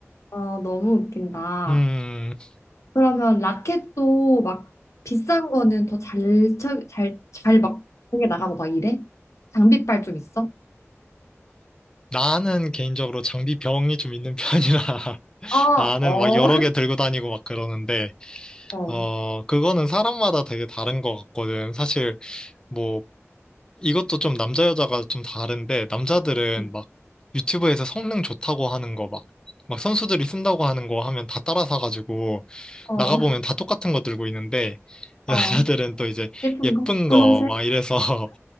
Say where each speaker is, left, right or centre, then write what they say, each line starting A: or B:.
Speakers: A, on the left; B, on the left.
A: 어, 너무 웃긴다.
B: 음음어아
A: 그러면 라켓도 막 비싼 거는 더 잘, 쳐- 잘, 잘 막, 공에 나가고 막 이래? 장비빨 좀 있어?
B: 나는 개인적으로 장비 병이 좀 있는 편이라 <laughs>
A: 어,
B: 나는
A: 어,
B: 막 여러 개 들고 다니고 막 그러는데
A: 어.
B: 어 그거는 사람마다 되게 다른 것 같거든 사실 뭐 이것도 좀 남자 여자가 좀 다른데 남자들은
A: 음,
B: 막 유튜브에서 성능 좋다고 하는 거 막 막 선수들이 쓴다고 하는 거 하면 다 따라 사가지고
A: 어,
B: 나가보면 다 똑같은 거 들고 있는데 <laughs> 여자들은
A: 어.
B: 또 이제
A: 예쁜
B: 예쁜
A: 거? 분홍색?
B: 거 막 이래서